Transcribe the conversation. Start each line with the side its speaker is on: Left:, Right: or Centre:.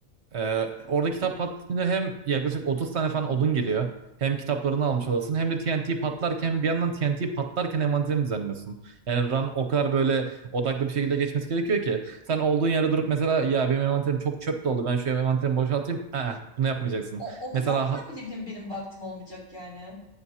Right: Ee, orada kitap patlatınca hem yaklaşık 30 tane falan odun geliyor. Hem kitaplarını almış olasın hem de TNT patlarken bir yandan TNT patlarken envanterini düzenliyorsun. Yani run o kadar böyle odaklı bir şekilde geçmesi gerekiyor ki. Sen olduğun yerde durup mesela ya benim envanterim çok çöp doldu ben şu envanterimi boşaltayım. Aa, bunu yapmayacaksın.
Left: O, o kadarına
Right: Mesela
Left: bile bile benim vaktim olmayacak yani.